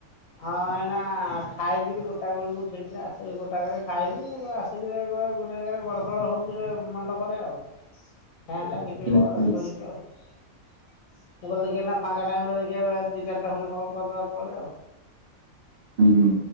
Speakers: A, on the left (about 70°); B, on the right (about 65°).
A: ହଁ ଏଇନା ଖାଇକିରି ଗୋଟାଇ ବେଳକୁ ଠିକରେ ଆସିବି, ଗୋଟାକରେ ଖାଇଲି, ଆସିକି ଆକୁ ଆଉ ଗୋଟେ ଜାଗାରେ ଗଡତଡ଼ ହଉଛି ଯେ, ମଣ୍ଡପରେ ଆଉ। ଫ୍ୟାନ ଲାଗିଚି
B: ହୁଁ
A: ବ
B: ହୁଁ
A: ଶୋଇଚୁ ଆଉ। ମୁଁ କହିଲି ଦେଖିଆ ଏଇନା ଫାଙ୍ଗା ଟିକ ଟାଇମରେ ଦେଖିବାକୁ ଆଉ ଦି ଚାରିଟା ଖଣ୍ଡେ କଲ୍ କରିଦବା କୁଆଡ଼େ ଆଉ।
B: ହୁଁ।